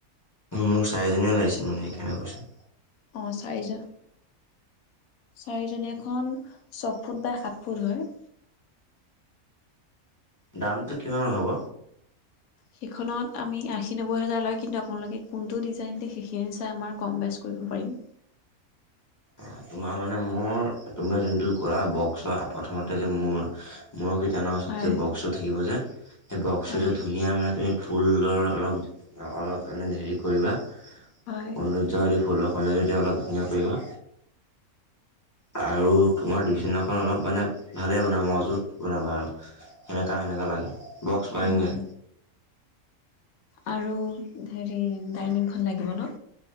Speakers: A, on the left; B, on the left.
A: মোক চাৰিজনীয়ে লাগিছিল মানে সেইকাৰনে কৈছো
B: অ চাৰিজন চাৰিজনীয়া খন ছফুট বা সাত ফুট হয়
A: দামটো কিমান-মান হ'ব?
B: সেইখনত আমি আশী নব্বৈ হোজাৰ লয় কিন্তু আপোনালোকে কোনটো ডিজাইন দিয়ে সেইখিনি চাই আমাৰ কম বেছ কৰিব পাৰিম।
A: অ তোমাৰ মানে মোৰ তোমাৰ যোনটো কৰা বক্স হয় প্ৰথমতে যে মোৰ মূৰ সিটানাৰ ওচৰত
B: হয়
A: যে বক্সটো থাকিব যে সেই বক্সটো
B: হয়
A: যে ধুই ধুনিয়া মানে তুমি ফুলৰ অলপ অলপ মানে হেৰি কৰিবা।
B: হয়
A: সৌন্দৰ্য ফুলৰখন যদি অলপ ধুনীয়া কৰিবা। আৰু তোমাৰ বিচিনাখন অলপ মানে ভালেই বনাব মজুত বনাবা আৰু। সেনেকা সেনেকা লাগে, বক্স পালেঙে
B: উম। আৰু হেৰি ডাইনিংখন লাগিব ন